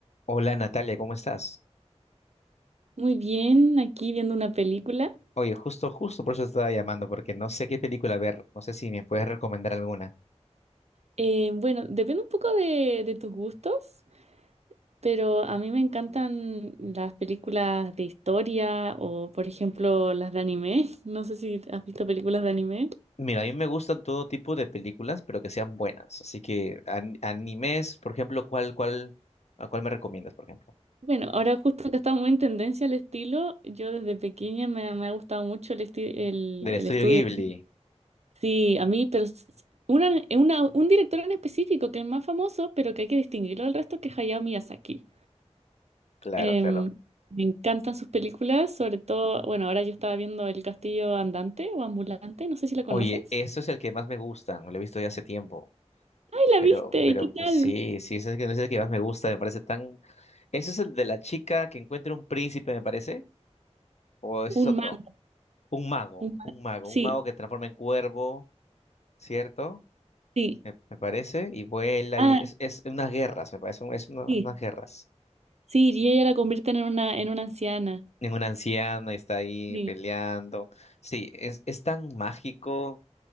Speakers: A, on the left; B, on the right.
A: Hola Natalia, ¿cómo estás?
B: Muy bien, aquí viendo una película.
A: Oye, justo, justo por eso te estaba llamando, porque no sé qué película ver, no sé si me puedes recomendar alguna.
B: Eh, bueno, depende un poco de, de tus gustos, pero a mí me encantan las películas de historia o, por ejemplo, las de anime. <laughs> No sé si has visto películas de anime.
A: Mira, a mí me gustan todo tipo de películas, pero que sean buenas. Así que an- animes, por ejemplo, ¿cuál, cuál, a cuál me recomiendas, por ejemplo?
B: Bueno, ahora justo que está muy en tendencia el estilo, yo desde pequeña me, me ha gustado mucho el, esti- el,
A: Del estudio
B: el estudio.
A: Ghibli.
B: Sí, a mí, pero s- una, una- un director en específico que es más famoso, pero que hay que distinguirlo del resto, que es Hayao Miyazaki.
A: Claro,
B: Em,
A: claro.
B: me encantan sus películas, sobre todo, bueno, ahora yo estaba viendo El Castillo Andante o Ambulante, no sé si la conoces.
A: Oye, eso es el que más me gusta, lo he visto ya hace tiempo.
B: ¡Ay, la
A: Pero,
B: viste!
A: pero
B: ¿Y qué
A: pues
B: tal?
A: sí, sí, ese es el que ese es el que más me gusta, me parece tan... ¿Ese es el de la chica que encuentra un príncipe, me parece? ¿O ese
B: Un
A: es otro?
B: mago,
A: Un mago,
B: un mago.
A: un mago,
B: Sí,
A: un mago que transforma en cuervo, ¿cierto?
B: sí.
A: Me, me parece, y vuela,
B: Ah,
A: y es, es unas guerras, me parece, un- es una-
B: sí,
A: unas guerras.
B: sí, y ella la convierte en una, en una anciana.
A: En una anciana y está ahí
B: Sí,
A: peleando. Sí, es, es tan mágico.